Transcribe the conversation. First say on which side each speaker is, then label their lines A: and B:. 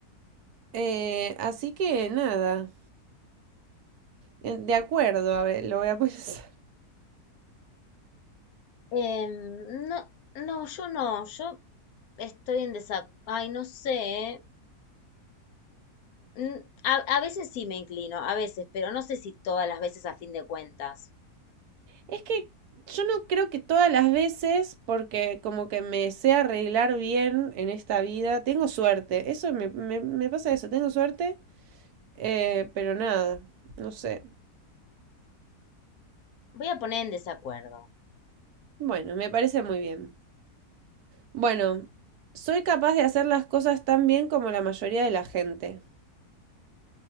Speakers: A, on the right; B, on the left.
A: Eh, así que nada. Eh, De acuerdo, a ver, lo voy a <laughs> pensar.
B: Em, no, no, yo no, yo estoy en desacuerdo. Ay, no sé. eh. Mm, a, a veces sí me inclino, a veces, pero no sé si todas las veces a fin de cuentas.
A: Es que yo no creo que todas las veces, porque como que me sé arreglar bien en esta vida, tengo suerte. Eso me, me- me pasa eso, tengo suerte, eh, pero nada, no sé.
B: Voy a poner en desacuerdo.
A: Bueno, me parece muy bien. Bueno, soy capaz de hacer las cosas tan bien como la mayoría de la gente.